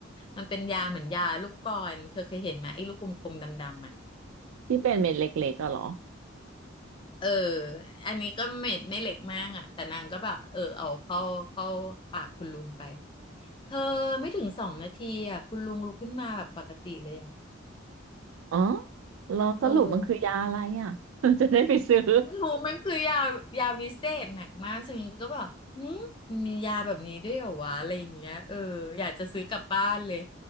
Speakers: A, on the left (about 25°); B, on the right (about 80°).
A: มันเป็นยาเหมือนยาลูกกลอนเธอเคยเห็นไหมไอ้ลูกกลมๆดำๆอะ
B: ที่เป็นเม็ดเล็กๆอะเหรอ
A: เอออันนี้ก็เม็ดไม่เล็กมากอะแต่นางก็แบบเออเอาเข้าเข้าปากคุณลุงไปเธอไม่ถึงสองนาทีอะคุณลุงลุกขึ้นมาแบบปกติเลยอะ
B: อ๋อเราสรุปมันคือยาอะไรอ่ะ
A: เออ
B: <laughs> จะได้ไปซื้อ
A: ไม่รู้มันคือยายาวิเศษหนักมากซึ่งก็แบบหืมมันมียาแบบนี้ด้วยเหรอวะอะไรอย่างเงี้ยเอออยากจะซื้อกลับบ้านเลย